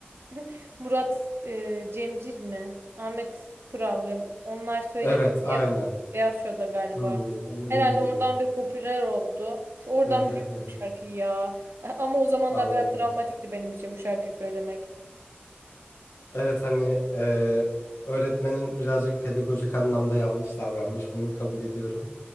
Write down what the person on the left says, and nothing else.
Evet, aynen.
Hmm, onu
bilmiyorum.
Hı hı
hı hı.
Anladım.
Evet hani e, öğretmenin birazcık pedagojik anlamda yanlış davranmış. Bunu kabul ediyorum.